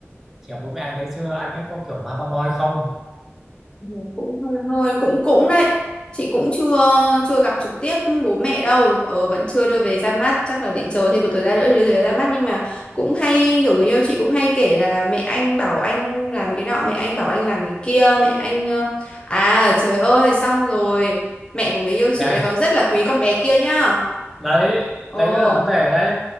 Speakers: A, in the centre; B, on the left.
A: chị gặp bố mẹ anh đấy chưa anh ấy có kiểu mama boy không
B: Ừ, cũng hơi hơi cũng cũng đấy chị cũng chưa chưa gặp trực tiếp bố mẹ đâu ờ, vẫn chưa đưa về ra mắt chắc là định chờ thêm một thời gian nữa thì đưa về ra mắt nhưng mà cũng hay kiểu người yêu chị cũng hay kể là mẹ anh bảo anh làm cái nọ mẹ anh bảo anh làm cái kia mẹ anh ờ, à trời ơi xong rồi mẹ của người yêu chị
A: này
B: lại còn rất là quý con bé kia nhá
A: đấy
B: ồ
A: đấy đó là vấn đề đấy